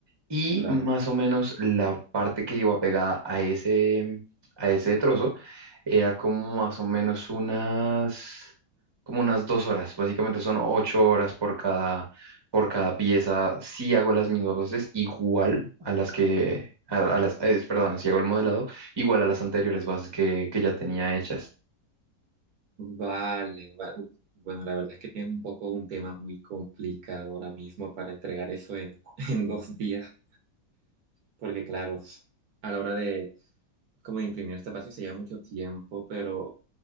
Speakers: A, on the right; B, on the right.
A: y
B: claro.
A: más o menos la parte que iba pegada a ese, a ese trozo era como más o menos unas, como unas dos horas. Básicamente son ocho horas por cada, por cada pieza. Si hago las mismas bases igual a las que, a, a las, eh, perdón, si hago el modelado igual a las anteriores bases que, que ya tenía hechas.
B: Vale, va- uf, Bueno, la verdad es que tienes un poco un tema muy complicado ahora mismo para entregar eso en, <laughs> en dos días, porque claro, a la hora de como de imprimir esta base se lleva mucho tiempo, pero